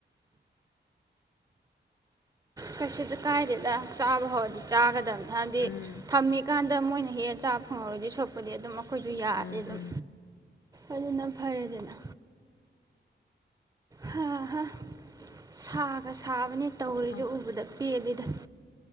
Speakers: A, on the right; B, on the left.
A: ꯀꯩꯁꯨꯖꯨ ꯀꯥꯏꯗꯦꯗ ꯆꯥꯕ ꯍꯧꯔꯗꯤ ꯆꯥꯒꯗꯝꯅꯤ ꯍꯥꯏꯕꯗꯤ
B: ꯎꯝ
A: ꯊꯝꯃꯤꯀꯥꯟꯗ ꯃꯣꯏꯅ ꯍꯦꯛꯑ ꯆꯥꯕ ꯐꯪꯍꯧꯔꯣꯏꯗꯤ ꯁꯣꯛꯄꯨꯗꯤ ꯑꯗꯨꯝ ꯑ ꯑꯩꯈꯣꯏꯁꯨ ꯌꯥꯔꯗꯤ
B: ꯎꯝ
A: ꯑꯗꯨꯝ
B: ꯎꯝ
A: ꯑꯗꯨꯅ ꯐꯔꯦꯗꯅ ꯍꯥ ꯍꯥꯥ ꯁꯥꯒ ꯁꯥꯕꯅꯦ ꯇꯧꯔꯤꯖꯦ
B: ꯑꯥ
A: ꯎꯕꯗ ꯄꯦꯜꯂꯤꯗ